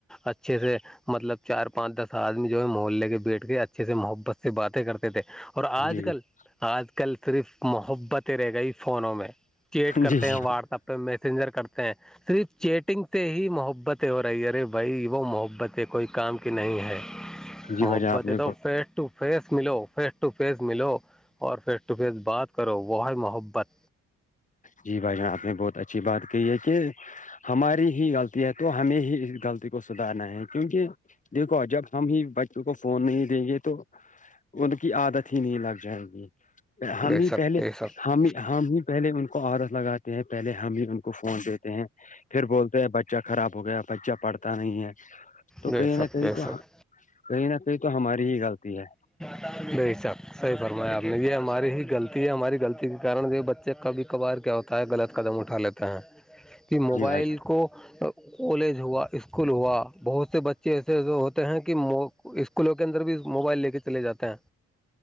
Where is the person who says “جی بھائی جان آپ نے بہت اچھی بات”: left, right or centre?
Left